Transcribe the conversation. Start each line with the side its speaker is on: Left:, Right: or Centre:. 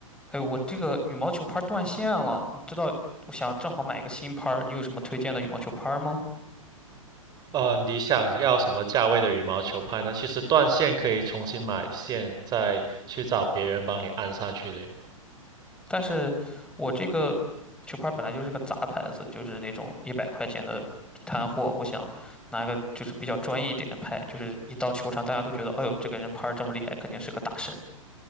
Centre: 哎，我这个羽毛球拍儿断线了，你知道，我想正好买一个新拍儿，你有什么推荐的羽毛球拍儿吗？
Right: 呃，你想要什么价位的羽毛球拍呢？其实断线可以重新买线，再去找别人帮你安上去的呀
Centre: 但是我这个球拍儿本来就是个杂牌子，就是那种一百块钱的地摊货，我想拿个就是比较专业一点的拍，就是一到球场大家都觉得，哎呦，这个人拍儿这么厉害，肯定是个大神。